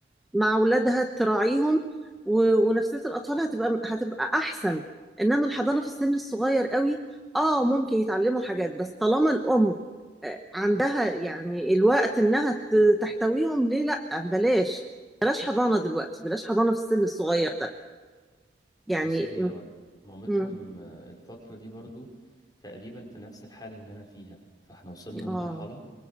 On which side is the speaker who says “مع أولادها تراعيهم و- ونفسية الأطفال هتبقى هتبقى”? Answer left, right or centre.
Centre